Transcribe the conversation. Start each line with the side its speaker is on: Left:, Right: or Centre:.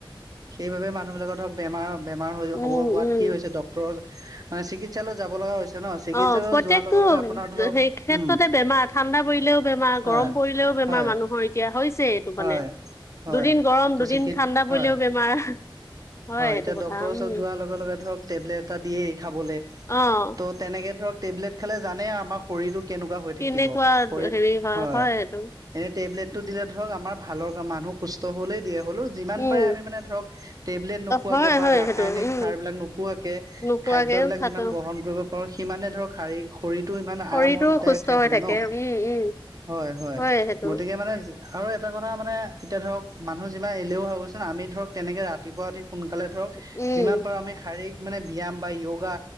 Right: সেইবাবে মানুহবিলাকৰ ধৰক বেমাৰ, বেমাৰ হৈ
Left: উম,
Right: হ'ব হোৱাত
Left: উম।
Right: কি হৈছে ডক্টৰ চিকিৎসালয়ত যাব লগা হৈছে। ন চিকিৎসালয়ত
Left: অ প্ৰত্যেকতটো
Right: যোৱাৰ লগে লগে আপোনাৰ ধৰক
Left: সেই ক্ষেত্ৰতে
Right: উম
Left: বেমাৰ ঠাণ্ডা পৰিলেও বেমাৰ
Right: হয়
Left: গৰম পৰিলেও বেমাৰ
Right: হয়
Left: মানুহৰ এ এতিয়া হৈছে এইটো
Right: হয়
Left: মানে
Right: হয়
Left: দুদিন গৰম
Right: ত
Left: দুদিন
Right: চিকিৎ
Left: ঠাণ্ডা
Right: হয়
Left: পৰিলেও বেমাৰ৷
Right: হয়
Left: সেইটো
Right: এতিয়া
Left: কথা
Right: ডক্টৰৰ
Left: উম।
Right: ওচৰত যোৱাৰ লগে লগে ধৰক টেবলেট এটা দিয়েই খাবলৈ
Left: অ',
Right: ত'ত তেনেকে ধৰক টেবলেট খালে জানে আমাৰ শৰীৰটোক কেনেকুৱা হৈ
Left: কেনেকুৱা
Right: থাকিব শৰীৰত
Left: হেৰি
Right: হয়৷
Left: এইটো।
Right: এনে টেবলেটতটো দিলে ধৰক আমাৰ ভালৰ মানুহ সুস্থ হলেই দিয়া হ'লো যিমান
Left: উম,
Right: পাৰে আমি মানে ধৰক টেবলেট নোখোৱাকে
Left: হয়,
Right: বা
Left: হয়
Right: ৰাসায়নিক
Left: সেইটো উম,
Right: সাৰ বিলাক নোখোৱাকে
Left: নোখোৱাকে
Right: খাদ্যবিলাক
Left: থাকা
Right: যিমান গ্ৰহন কৰিব সিমানে ধৰক শাৰী শৰীৰটো ইমান
Left: শৰীৰটোও
Right: আৰামতদায়ক
Left: সুস্থ
Right: থাকিব
Left: হৈ
Right: <unintelligible> হ'ব
Left: থাকে
Right: ন
Left: উম, উম,
Right: হয়-হয়
Left: হয় সেইটো।
Right: গতিকে এয়া মানে আৰু এটা কথা মানে এতিয়া ধৰক মানুহ যিমান এলেহোৱা হৈ গৈছে আমি ধৰক তেনেকে ৰাতিপুৱা সোনকালে ধৰক
Left: উম,
Right: যিমান পাৰো আমি শাৰীৰিক মানে ব্যায়াম বা য়গা